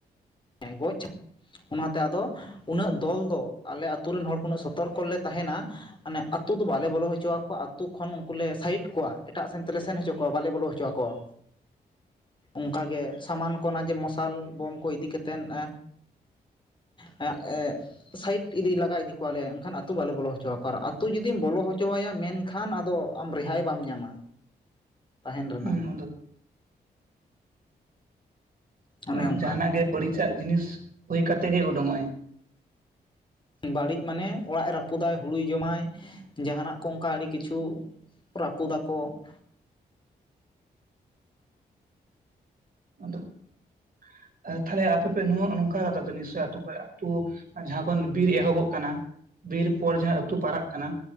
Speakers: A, on the left; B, on the right.
A: ᱦᱮᱸ ᱜᱚᱪᱷ <unintelligible> ᱚᱱᱟᱛᱮ ᱟᱫᱚ ᱩᱱᱟᱹᱜ ᱫᱚᱞ ᱫᱚ ᱟᱞᱮ ᱟᱹᱛᱩ ᱨᱤᱱ ᱦᱚᱲ ᱠᱚ ᱩᱱᱟᱹᱜ ᱥᱚᱛᱚᱨᱠᱚ ᱞᱮ ᱛᱟᱦᱮᱱᱟ ᱢᱟᱱᱮ ᱟᱹᱛᱩ ᱫᱚ ᱵᱟᱞᱮ ᱵᱚᱞᱚ ᱦᱚᱪᱚᱣᱟᱠᱚᱣᱟ, ᱟᱹᱛᱩ ᱠᱷᱚᱱ ᱩᱱᱠᱩᱞᱮ ᱥᱟᱭᱤᱰ ᱠᱚᱣᱟ ᱾ ᱮᱴᱟᱜ ᱥᱮᱱ ᱛᱮᱞᱮ ᱥᱮᱱ ᱦᱚᱪᱚ ᱠᱚᱣᱟ ᱵᱟᱞᱮ ᱵᱚᱞᱚ ᱦᱚᱪᱚᱣᱟᱠᱚᱣᱟ᱾ ᱚᱱᱠᱟ ᱜᱮ ᱥᱟᱢᱟᱱ ᱠᱚᱱᱟ ᱡᱮ ᱢᱚᱥᱟᱞ ᱵᱳᱢ ᱠᱚ ᱤᱫᱤ ᱠᱟᱛ ᱮᱱ ᱮ <inaudible> ᱟᱸ ᱮ ᱾ ᱥᱟᱭᱤᱰ ᱤᱫᱤ ᱞᱟᱜᱟ ᱤᱫᱤ ᱠᱚᱣᱟᱞᱮ ᱾ᱮᱱᱠᱷᱟᱱ ᱟᱹᱛᱩ ᱵᱟᱞᱮ ᱵᱚᱞᱚ ᱦᱚᱪᱚᱣᱟᱠᱚᱣᱟ᱾ ᱟᱨ ᱟᱹᱛᱩ ᱡᱩᱫᱤᱢ ᱵᱚᱞᱚ ᱦᱚᱪᱚᱣᱟᱭᱟ ᱢᱮᱱ ᱠᱷᱟᱱ ᱟᱫᱚ ᱟᱢ ᱨᱮᱦᱟᱭ ᱵᱟᱢ ᱧᱟᱢᱟ, ᱛᱟᱦᱮᱸᱱ ᱨᱮᱱᱟᱜ᱾
B: ᱦᱩᱸ ᱟᱫᱚ
A: ᱚᱱᱮ
B: ᱩᱱ
A: ᱚᱱᱠᱟ
B: ᱡᱟᱦᱱᱟᱜ ᱜᱮ ᱯᱚᱲᱤᱪᱟᱜ ᱡᱤᱱᱤᱥ ᱦᱩᱭ ᱠᱟᱛᱮ ᱜᱮ ᱩᱵᱩᱝᱚᱜᱼᱟᱹᱧ ᱾
A: ᱵᱟᱹᱲᱤᱡ ᱢᱟᱱᱮ ᱚᱲᱟᱜᱼᱮ ᱨᱟᱹᱯᱩᱫᱟᱭ, ᱦᱩᱲᱩᱭ ᱡᱚᱢᱟᱭ ᱡᱟᱦᱟᱱᱟᱜ ᱠᱚ ᱚᱱᱠᱟ ᱟᱹᱰᱤ ᱠᱤᱪᱷᱩ᱾ ᱨᱟᱹᱯᱩᱫᱟᱠᱚ᱾
B: ᱟᱫᱚ <inaudible> ᱟᱹ ᱛᱟᱦᱞᱮ ᱟᱹᱛᱩ ᱯᱮ ᱱᱚᱜᱼᱚ ᱱᱚᱝᱠᱟ ᱠᱟᱫᱟ ᱛᱚ ᱱᱤᱥᱟᱹ ᱟᱹᱛᱩ ᱠᱚᱨᱮ ᱟᱹᱛᱩ ᱡᱟᱦᱟᱸ ᱠᱷᱚᱱ ᱵᱤᱨ ᱮᱦᱚᱵᱚᱜ ᱠᱟᱱᱟ, ᱵᱤᱨ ᱯᱚᱨ ᱡᱟᱦᱟᱸ ᱟᱹᱛᱩ ᱯᱟᱨᱟᱜ ᱠᱟᱱᱟ᱾